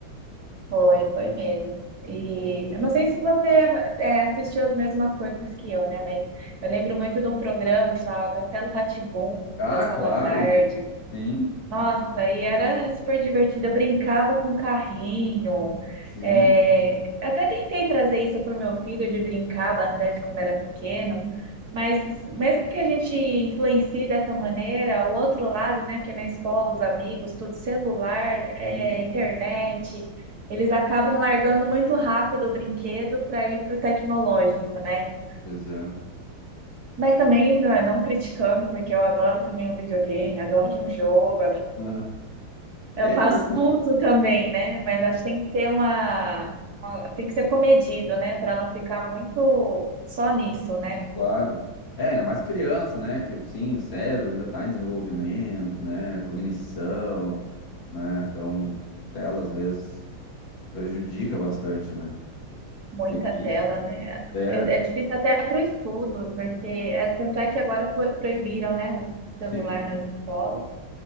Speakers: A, on the right; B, on the left.
A: foi, foi mesmo. E eu não sei se você é, assistiu as mesmas coisas que eu, né? Mas eu lembro muito de um programa que chamava Castelo rá tim
B: Ah,
A: passava
B: claro,
A: à tarde.
B: sim,
A: Nossa, e era super divertida, brincava com carrinho.
B: sim,
A: É, até tentei trazer isso para o meu filho de brincar bastante quando era pequeno, mas mesmo que a gente influencie dessa maneira, o outro lado, né, que é na escola, os amigos, tudo celular, é,
B: sim,
A: internet, eles acabam largando muito rápido o brinquedo para ir para o tecnológico, né?
B: pois é. <laughs>
A: Mas também não, é, não criticando, porque eu adoro também um videogame, adoro um jogo,
B: Ah,
A: eu
B: É,
A: faço
B: não.
A: uso também, né? Mas acho que tem que ter uma, uma- tem que ser comedido, né? Para não ficar muito só nisso, né?
B: Claro. É, ainda mais criança, né? Que sim, o cérebro ainda está em desenvolvimento, né? Cognição, né? Então, tela às vezes prejudica bastante, né?
A: Muita
B: Tem isso?
A: tela, né?
B: É,
A: É, é difícil até para o estudo, porque é, tanto é que agora pro- proibiram, né, o uso de celular
B: sim.
A: nas escolas.